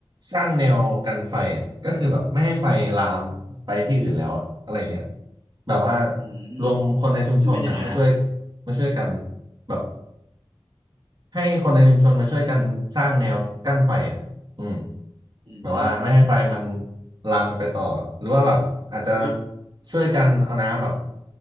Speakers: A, on the right; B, on the right.
A: สร้างแนวกันไฟอ่ะก็คือแบบไม่ให้ไฟลามไปที่อื่นแล้วอะอะไรอย่างเงี้ยแบบว่า
B: อืม
A: รวมคนในชุมชนอ่ะมาช่วย
B: มันเป็นยังไงนะครับ
A: มาช่วยกันแบบ ให้คนในชุมชนมาช่วยกันสร้างแนวกั้นไฟอ่ะอืม
B: อืม
A: แบบว่าไม่ให้ไฟมันลามไปต่อ หรือว่าแบบอาจจะ
B: ถือว่า
A: ช่วยกันเอาน้ำแบบ